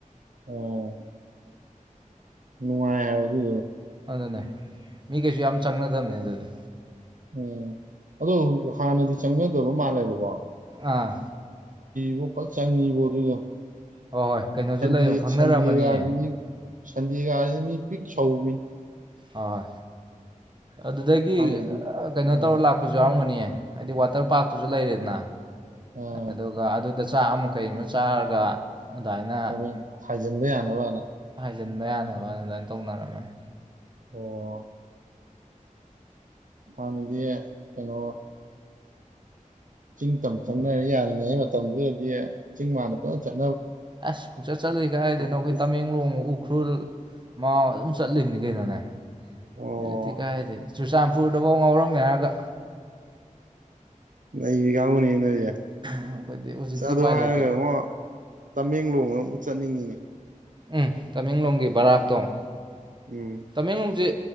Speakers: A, on the right (about 70°); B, on the right (about 35°).
A: ꯑꯣ ꯅꯨꯡꯉꯥꯏ ꯍꯥꯏꯕ ꯑꯗꯨ
B: ꯑꯗꯨꯅꯦ ꯃꯤ ꯀꯩꯁꯨ ꯌꯥꯝ ꯆꯪꯅꯗꯕꯅꯦ ꯑꯗꯨꯗꯤ
A: ꯎꯝ ꯑꯗꯨ ꯍꯥꯟꯅꯗꯤ ꯆꯪꯅꯗꯕ ꯃꯥꯜꯂꯦꯕꯀꯣ
B: ꯑꯥ
A: ꯕꯣ ꯐꯜ ꯆꯪꯉꯤꯕꯣ ꯑꯗꯨꯗꯣ
B: ꯍꯣꯏ ꯍꯣꯏ ꯀꯩꯅꯣꯁꯨ
A: ꯁꯟꯗꯦ
B: ꯂꯩꯔꯝ ꯈꯪꯅꯔꯝꯃꯅꯤꯌꯦ
A: ꯁꯟꯗꯦꯒꯥꯁꯤ ꯁꯟꯗꯦꯒꯥꯁꯤꯅꯤ ꯄꯤꯛ ꯁꯧꯏ
B: ꯍꯣꯍꯣꯏ ꯑꯗꯨꯗꯒꯤ
A: ꯊꯥꯏꯅꯗꯤ
B: ꯀꯩꯅꯣ
A: ꯑꯥ
B: ꯇꯧꯔ ꯂꯥꯛꯄꯁꯨ ꯌꯥꯎꯔꯝꯒꯅꯤꯌꯦ ꯍꯥꯏꯗꯤ ꯋꯥꯇꯔ ꯄꯥꯔꯛꯇꯨꯁꯨ ꯂꯩꯔꯦꯗꯅ
A: ꯑꯥ
B: ꯑꯗꯨꯒ ꯑꯗꯨꯗ ꯆꯥ ꯑꯃꯛ ꯀ ꯀꯩ ꯑꯃ ꯆꯥꯔꯒ ꯑꯗꯨꯃꯥꯏꯅ
A: ꯑꯣ ꯊꯖꯟꯕ ꯌꯥꯅꯕꯅ
B: ꯆꯤꯟꯕ ꯌꯥꯅꯕ ꯑꯗꯨꯃꯥꯏꯅ ꯇꯧꯅꯔꯝꯃꯅꯤ
A: ꯑꯣ ꯍꯥꯟꯅꯗꯤ ꯀꯩꯅꯣ ꯆꯤꯡ ꯇꯝ ꯆꯪꯅꯔ ꯌꯥꯔꯤꯉꯩ ꯃꯇꯝꯗꯨꯗꯗꯤ ꯆꯤꯡ ꯃꯥꯗ ꯄꯨꯂꯞ ꯆꯪ
B: ꯑꯁ ꯈꯨꯡꯆꯠ ꯆꯠꯂꯤ ꯀꯥꯏꯗꯅꯣ
A: ꯍꯧꯖꯤꯛꯇꯤ.
B: ꯑꯩꯈꯣꯏ ꯇꯃꯦꯡꯂꯣꯡ ꯎꯈ꯭ꯔꯨꯜ ꯃꯥ ꯑꯗꯨꯝ ꯆꯠꯂꯤꯕꯅꯤ ꯀꯩꯅꯣꯅꯦ
A: ꯑꯣ
B: ꯍꯧꯦ ꯇꯤ ꯀꯥꯏꯗꯤ ꯆꯨꯔꯆꯥꯟꯄꯨꯔꯗꯐꯥꯎ ꯉꯥꯎꯔꯝꯃꯦ ꯍꯥꯏꯔꯒ
A: ꯅꯒꯕꯨꯅꯤ ꯌꯥꯏ
B: ꯑꯩꯈꯣꯏꯗꯤ ꯍꯧꯖꯤꯛꯇꯤ
A: ꯑꯗꯨ
B: ꯎꯄꯥꯏ
A: ꯍꯥꯏꯔꯒ
B: ꯂꯩꯇꯦ
A: ꯌꯦꯡꯉꯣ ꯇꯃꯦꯡꯂꯣꯡꯗꯨ ꯆꯠꯅꯤꯡꯉꯉꯤ
B: ꯎꯝ ꯇꯃꯦꯡꯂꯣꯡꯒꯤ ꯕꯔꯥꯛꯇꯣ
A: ꯎꯝ
B: ꯇꯃꯦꯡꯂꯣꯡꯁꯦ